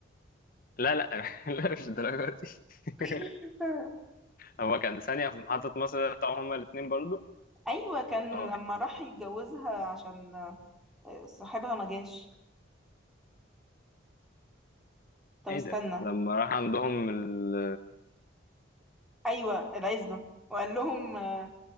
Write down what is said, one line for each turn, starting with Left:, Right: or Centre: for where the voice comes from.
Left: لا لا <laughs> لا مش الدرجة دي
Centre: <laughs>
Left: <laughs> هو كان ثانية في محطة مصر ده بتاعهم هما الاتنين برضو
Centre: ايوه كان
Left: اه
Centre: لما راح يتجوزها عشان آه، صاحبها ما جاش طب
Left: ايه
Centre: استنى
Left: ده لما راح عندهم ال
Centre: ايوه العزبة وقال لهم آه،